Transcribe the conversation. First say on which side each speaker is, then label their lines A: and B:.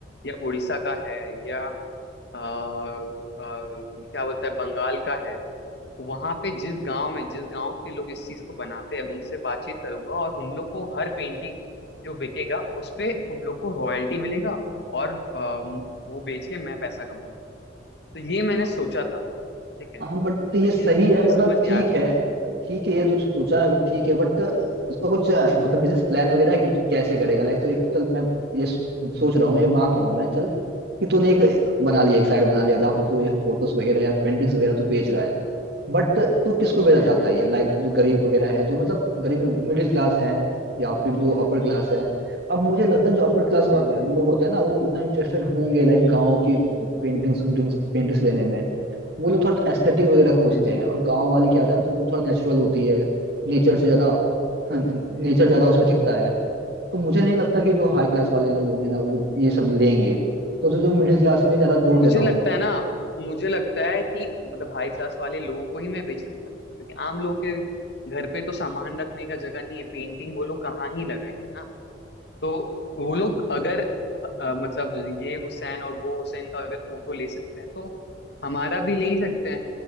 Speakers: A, on the left; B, on the right.
A: या उड़ीसा का है या आ, आ, क्या बोलते हैं बंगाल का है वहां पे जिस गांव में जिस गांव के लोग इस चीज को बनाते हैं उनसे बातचीत करूंगा और उन लोग को हर पेंटिंग जो बिकेगा उस पे उन लोग को रॉयल्टी मिलेगा और आ, वो बेच के मैं पैसा कमाऊँ तो ये मैंने
B: हाँ
A: सोचा था ठीक है
B: हाँ बट ये
A: लेकिन
B: सही
A: मुझे
B: है मतलब
A: समझ नहीं
B: ठीक
A: आ रहा
B: है
A: है
B: ठीक है ये जो सोचा है बट ठीक है बट इसका कुछ अ, मतलब बिजनेस प्लान वगैरह है कि तू कैसे करेगा लाइक तो एक चल मैं ये सोच रहा हूँ ये मान रहा हूँ मैं चल कि तूने एक बना लिया एक साइड बना लिया जहाँ पे तू ये फोटोज वगैरह या पेंटिंग्स वगैरह तू बेच रहा है बट तू किसको भेजना
A: हम्म
B: चाहता है ये लाइक जो गरीब वगैरह है जो मतलब गरीब मिडिल क्लास है या फिर जो
A: हम्म
B: अपर
A: हम्म
B: क्लास है अब मुझे लगता है जो अपर क्लास लोग
A: हम्म हम्म,
B: होते हैं ना वो उतना इंटरेस्टेड होंगे लाइक गांव की पेंटिंग्स पेंटिंग्स पेंटिंग्स लेने में वो लोग थोड़ा एस्थेटिक वगैरह खोजते
A: हम्म
B: हैं और गांव वाली क्या होता है ना तो वो थोड़ा नेचुरल होती
A: हम्म,
B: है नेचर से ज्यादा नेचर
A: हम्म,
B: ज्यादा
A: हम्म।
B: उसमें दिखता है तो मुझे नहीं लगता कि जो हाई क्लास वाले लोग होंगे ना वो ये सब लेंगे तो तुझे जो मिडिल क्लास में ज्यादा जोर
A: हम्म।
B: देना
A: मुझे
B: होगा
A: लगता है ना मुझे लगता है कि मतलब हाई क्लास वाले लोगों को ही मैं बेचना चाहता हूँ क्योंकि आम लोग के घर पे तो सामान रखने का जगह नहीं है पेंटिंग वो लोग कहाँ ही लगाएंगे ना तो वो लोग अगर अ, मतलब ये हुसैन और वो हुसैन का अगर फोटो ले सकते हैं तो हमारा भी ले ही सकते हैं